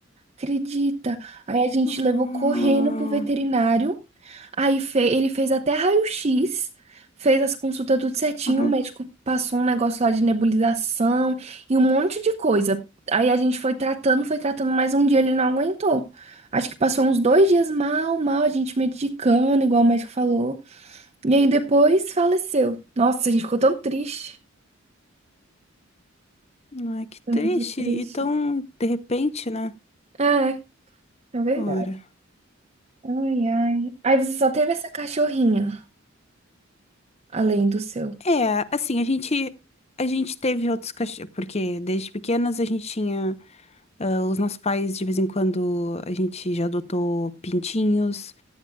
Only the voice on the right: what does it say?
Acredita? Aí a gente
levou correndo pro veterinário. Aí fe- ele fez até raio-x, fez as consultas tudo certinho.
O médico passou um negócio lá de nebulização e um monte de coisa. Aí a gente foi tratando, foi tratando, mas um dia ele não aguentou. Acho que passou uns dois dias mal, mal, a gente medicando, igual o médico falou. E aí depois faleceu. Nossa, a gente ficou tão triste.
Foi
Muito triste.
É, é verdade.
Ai, ai. Aí você só teve essa cachorrinha. além do seu.